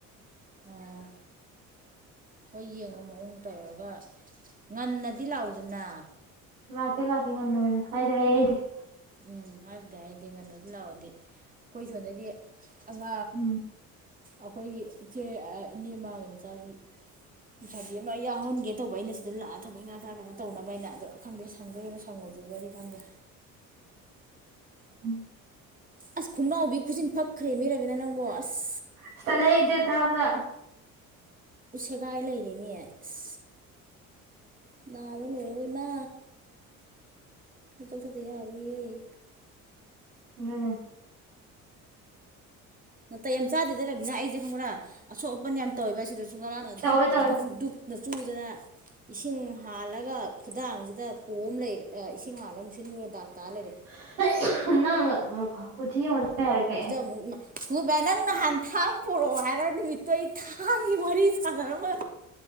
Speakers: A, on the right; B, on the right.
A: ꯎꯝ ꯍꯣꯏ ꯌꯦꯡꯉꯣ ꯃꯑꯣꯡ ꯇꯧꯔꯒꯥ ꯉꯟ ꯅꯥꯗꯤ ꯂꯥꯛ ꯎꯗꯅ
B: ꯂꯥꯛꯀꯦ ꯂꯥꯛꯀꯦ ꯉꯟꯅꯥ ꯑꯣꯏꯅꯥ ꯍꯥꯏꯗꯤ ꯍꯥꯏꯍꯩꯗꯦ
A: ꯎꯝ ꯍꯥꯏꯕꯨꯗꯤ ꯍꯥꯏꯍꯩ ꯗꯦ ꯉꯟꯅꯗꯤ ꯂꯥꯛ ꯑꯣꯗꯤ ꯑꯩꯈꯣꯏ ꯁꯣꯝꯗꯥꯗꯤ ꯑꯉꯥꯡ
B: ꯎꯝ
A: ꯑꯈꫭꯏꯒꯤ ꯏꯆꯦ ꯑ ꯏꯅꯦ ꯃꯥꯝꯃꯩ ꯃꯆꯥꯖꯤꯡ ꯂꯩꯁꯥꯕꯤ ꯑꯃ ꯌꯥꯎꯍꯟꯒꯦ ꯇꯧꯕ ꯑꯩꯅ ꯁꯤꯗ ꯂꯥꯛ ꯑꯒ ꯊꯕꯛ ꯏꯪꯈꯥꯡ ꯈꯔ ꯀꯩꯅꫭ ꯇꯧꯅꯕꯥꯅ ꯑꯗꫭ ꯈꯪꯗꯦ ꯁꯪꯗꯧꯔꯤꯔꯥ ꯁꯪꯉꫭꯏꯗꯧꯔꯤꯕꯥꯗꯤ ꯈꯪꯗꯦ꯫
B: ꯑꯥ
A: ꯑꯁ! ꯈꯨꯠꯅꯥꯎꯕꯤꯒꯤ ꯈꯨꯖꯤꯟ ꯐꯛ ꯈ꯭ꯔꯦꯃꯤ ꯔꯦꯕꯤꯅꯥ ꯅꯪꯕꫭ ꯑꯁ
B: ꯏꯁ ꯇꯜꯂꯦ ꯑꯩꯖꯦ ꯇꯥꯕꯗ
A: ꯁꯦꯒꯥꯏ ꯂꯩꯔꯩꯅꯦ ꯏꯁ! ꯅꯥꯕ ꯂꫭꯏꯔꯔꫭꯏ ꯅ ꯑꯩ ꯊꯕꯛ ꯆꯠꯇ ꯌꯥꯔꯔꫭꯏꯌꯦ ꯏꯁꯩ!
B: <unintelligible>
A: ꯅꯇꯩ ꯌꯥꯝ ꯆꯥꯗꯦꯗ ꯔꯕꯤꯅꯥ ꯑꯩꯖꯦ ꯈꯪꯕ꯭ꯔꯥ ꯑꯁꫭꯛ ꯕꯟ ꯌꯥꯝ ꯇꯧꯋꯦꯕ ꯑꯁꯤꯗꯁꯨ ꯉꯔꯥꯡꯅ
B: ꯇꯧꯋꯦ
A: ꯘꯨꯛ
B: ꯇꯧꯋꯦ
A: ꯘꯨꯛ ꯘꯨꯛ ꯆꯨꯗꯥꯔ ꯏꯁꯤꯡ ꯍꯥꯜꯂꯒ ꯈꯨꯗꯥꯡ ꯖꯤꯗꯥ ꯄꫭꯝ ꯂꯩ ꯑ ꯏꯁꯤꯡ <unintelligible> <unintelligible> ꯗꯥꯛ ꯇ ꯂꯩꯔꯩ
B: ꯎꯝ <unintelligible> ꯀꯨꯊꯤ ꯌꯦꯡꯉꯨꯕꯗꯨ ꯀꯩ ꯍꯥꯏꯔꯛꯀꯦ
A: ꯑꯃꯨꯛ ꯅꯪ ꯅꯍꯥꯟ ꯊꯥꯡ ꯄꯨꯔꯛꯑꫭ ꯍꯥꯏꯔꯛ ꯅꯨꯃꯤꯠꯇꫭ ꯊꯥꯡꯒꯤ ꯋꯥꯔꯤ ꯁꯥꯟꯅꯔꯝꯃ